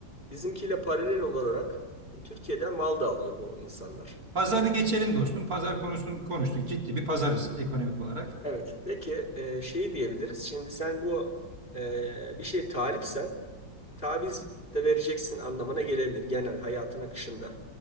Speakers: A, on the left; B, on the right.
A: Bizimkiyle paralel olarak Türkiye'den mal da alıyor bu insanlar.
B: Pazarı geçelim dostum. Pazar konusunu konuştuk. Ciddi bir pazarız ekonomik olarak.
A: Evet. Peki e, şey diyebiliriz. Şimdi sen bu e, bir şeye talipsen taviz de vereceksin anlamına gelebilir genel hayatın akışında.